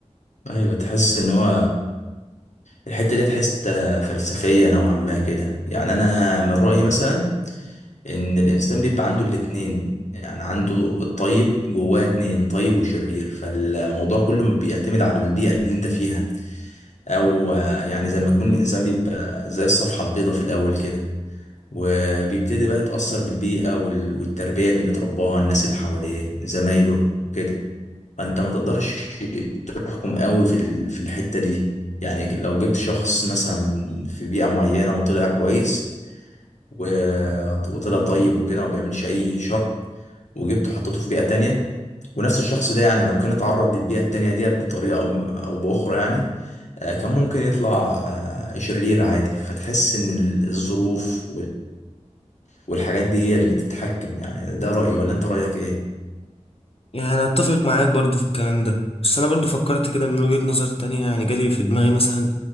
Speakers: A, on the left; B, on the left.
A: ايوه تحس ان هو الحتة دي تحس فلسفية نوعا ما كده يعني انا من رأيي مثلا ان الانسان بيبقى عنده الاتنين يعني عنده الطيب جواه اتنين طيب وشرير فالموضوع كله بيعتمد على البيئة اللي انت فيها او آه، يعني زي ما يكون الانسان بيبقى زي الصفحة البيضاء في الاول كده وبيبتدي بقى يتأثر بالبيئة وال- والتربية اللي بيترباها الناس اللي حواليه زمايله وكده فأنت ما تقدرش تحكم قوي في ال- في الحتة دي يعني لو جبت شخص مثلا في بيئة معينة وطلع كويس و- وطلع طيب وكده ما بيعملش أي شر وجبته حطيته في بيئة تانية ونفس الشخص ده يعني لو كان اتعرض للبيئة التانية دي بطريقة أو أو بأخرى يعني آه، كان ممكن يطلع آه، شرير عادي فتحس إن ال- الظروف والحاجات دي هي اللي بتتحكم يعني ده رأيي ولا انت رأيك ايه
B: يعني أنا أتفق معاك برضو في الكلام ده بس أنا برضو فكرت كده من وجهة نظر تانية يعني جالي في دماغي مثلا